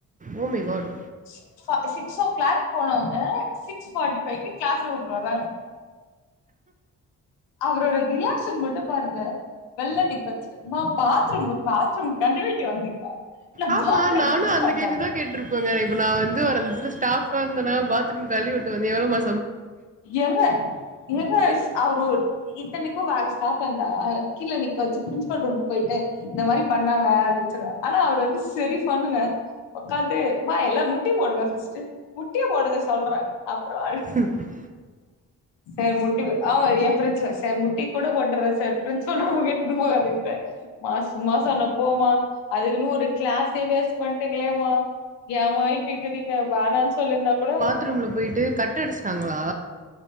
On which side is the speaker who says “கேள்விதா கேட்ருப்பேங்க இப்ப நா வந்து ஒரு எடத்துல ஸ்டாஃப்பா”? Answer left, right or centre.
Right